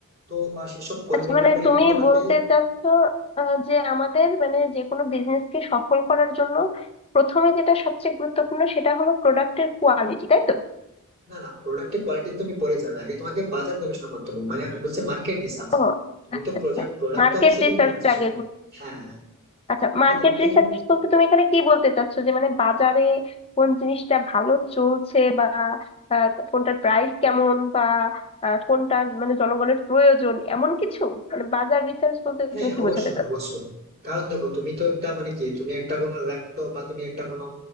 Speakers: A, on the right (about 45°); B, on the left (about 25°).
A: তো আহ, সেসব পরিকল্পনা
B: আচ্ছা মানে
A: করে
B: তুমি
A: কিন্তু তোমাকে
B: বলতে চাচ্ছ আহ, যে আমাদের মানে যে কোনো বিজনেস কে সফল করার জন্য প্রথমে যেটা সবচেয়ে গুরুত্বপূর্ণ সেটা হলো প্রোডাক্টের কোয়ালিটি তাই তো
A: না না প্রোডাক্টের কোয়ালিটি তুমি পরে যাবে আগে তোমাকে বাজার গবেষণা করতে হবে মানে আমি বলছি মার্কেট রিসার্চ
B: ও
A: তুমি
B: আচ্ছা
A: তো প্রোডাক্ট
B: আচ্ছা
A: প্রোডাক্ট
B: মার্কেট
A: তো অবশ্যই তুমি
B: রিসার্চটা
A: নিয়ে আসছো
B: আগে
A: হ্যাঁ হ্যাঁ
B: আচ্ছা
A: তোমাকে
B: মার্কেট
A: দেখতে
B: রিসার্চ
A: হবে
B: বলতে তুমি এখানে কি বলতে চাচ্ছো যে মানে বাজারে কোন জিনিসটা ভালো চলছে বা আহ, কোনটার প্রাইস কেমন বা আহ, কোনটা মানে জনগণের প্রয়োজন এমন কিছু মানে বাজার রিসার্চ বলতে
A: হ্যাঁ
B: তুমি কি
A: অবশ্যই
B: বোঝাতে চাচ্ছো
A: অবশ্যই কারণ দেখো তুমি তো একটা মানে কি তুমি একটা কোনো ল্যাপটপ বা তুমি একটা কোনো